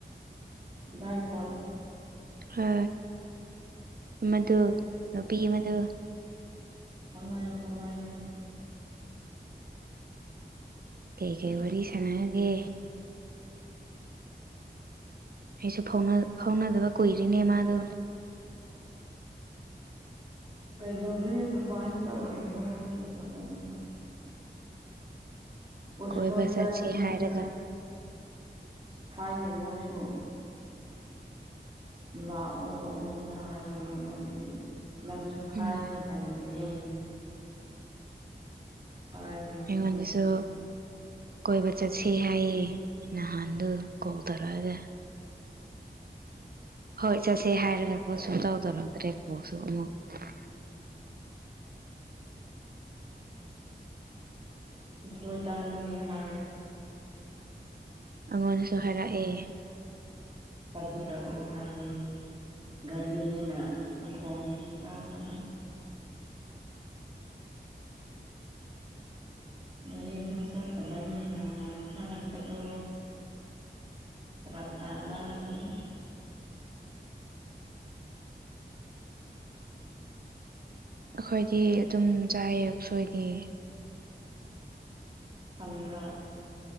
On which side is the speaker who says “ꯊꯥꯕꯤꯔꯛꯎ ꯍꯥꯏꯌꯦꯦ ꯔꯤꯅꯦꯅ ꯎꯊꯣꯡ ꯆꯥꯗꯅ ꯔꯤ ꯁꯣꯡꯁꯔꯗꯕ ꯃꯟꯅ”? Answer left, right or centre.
Right